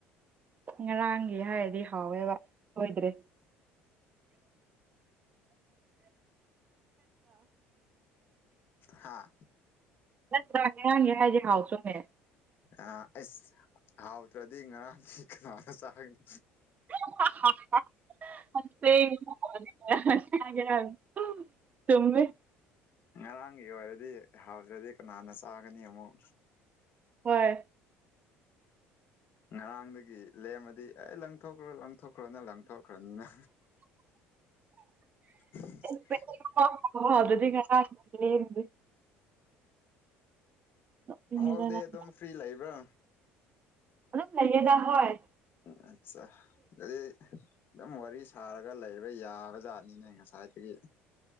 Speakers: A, on the right; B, on the left.
A: ꯉꯔꯥꯡꯒꯤ ꯍꯥꯏꯔꯗꯤ ꯍꯥꯎꯋꯦꯕ ꯁꯣꯢꯗ꯭ꯔꯦ
B: ꯍꯥꯥ
A: ꯅꯠꯇ꯭ꯔꯥ ꯉꯔꯥꯡꯒꯤ ꯍꯥꯏꯗꯤ ꯍꯥꯎꯇꯔꯣꯃꯦ
B: ꯑ ꯑꯁ ꯍꯥꯎꯗ꯭ꯔꯗꯤ ꯉꯔꯥꯡꯗꯤ ꯀꯅꯥꯅ ꯆꯥꯒꯅꯤ
A: <unintelligible> ꯆꯨꯝꯃꯦ
B: ꯉꯔꯥꯡꯒꯤ ꯑꯣꯏꯔꯗꯤ ꯍꯥꯎꯇ꯭ꯔꯗꯤ ꯀꯅꯥꯅ ꯆꯥꯒꯅꯤ ꯑꯃꯨꯛ
A: ꯍꯣꯏ
B: ꯉꯔꯥꯡꯗꯒꯤ ꯂꯦꯝꯃꯗꯤ ꯑꯦ ꯂꯪꯊꯣꯛꯈ꯭ꯔꯣ ꯂꯪꯊꯣꯛꯈ꯭ꯔꯣꯅ ꯂꯪꯊꯣꯛꯈ꯭ꯔꯅꯤꯅ ꯎ <inaudible>
A: <unintelligible> ꯅꯣꯛꯅꯤꯡꯉꯦꯗ
B: ꯍꯣꯜꯗꯦ
A: ꯅꯪ
B: ꯑꯗꯨꯝ ꯐ꯭ꯔꯤ ꯂꯩꯕ꯭ꯔꯥ
A: ꯑꯗꯨꯝ ꯂꯩꯌꯦꯗ ꯍꯣꯏ
B: ꯎ ꯑꯠꯆꯥ ꯑꯗꯨꯗꯤ ꯑꯗꯨꯝ ꯋꯥꯔꯤ ꯁꯥꯔꯒ ꯂꯩꯕ ꯌꯥꯕꯖꯥꯠꯅꯤꯅꯦ ꯉꯁꯥꯏ ꯉꯁꯥꯢꯗꯒꯤ